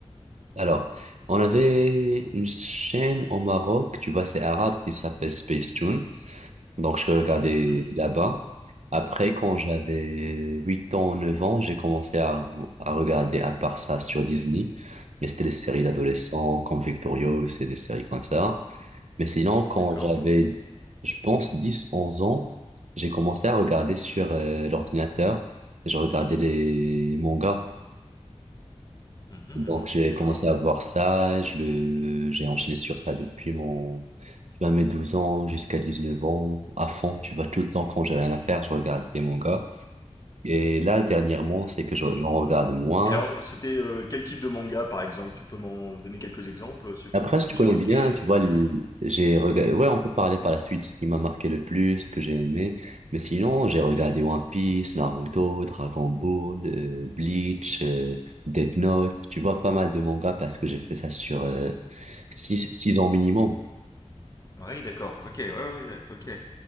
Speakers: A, on the right; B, on the left.
A: Alors, on avait une chaîne au Maroc, tu vois, c'est arabe qui s'appelle Space Tune. Donc, je regardais
B: mhm,
A: là-bas. Après, quand j'avais 8 ans, 9 ans, j'ai commencé à, à regarder à part ça sur Disney. Et c'était des séries d'adolescents comme Victorious et des séries comme ça. Mais sinon, quand
B: D'accord.
A: j'avais, je pense, 10 11 ans, j'ai commencé à regarder sur euh, l'ordinateur. Je regardais les mangas.
B: Mhm,
A: Donc, j'ai
B: D'accord.
A: commencé à voir ça. Je le, j'ai enchaîné sur ça depuis mon tu vas mes 12 ans jusqu'à 19 ans, à fond, tu vas tout le temps quand j'ai rien à faire, je regarde des mangas. Et là, dernièrement, c'est que je-
B: Et,
A: j'en regarde moins.
B: et alors, c'était euh, quel type de manga, par exemple Tu peux m'en donner quelques exemples, ceux qui
A: Après,
B: t'ont le
A: si
B: plus
A: tu connais
B: marqué,
A: bien,
B: que
A: tu
B: t'aimais
A: vois, le-
B: bien
A: j'ai regardé, ouais, on peut parler par la suite, ce qui m'a marqué le plus, ce que j'ai aimé. Mais sinon, j'ai regardé One Piece, Naruto, Dragon Ball, euh, Bleach, euh, Death Note, tu vois, pas mal de mangas parce que j'ai fait ça sur euh, 6 ans minimum.
B: Oui, d'accord. Ok, ouais, ouais, ok.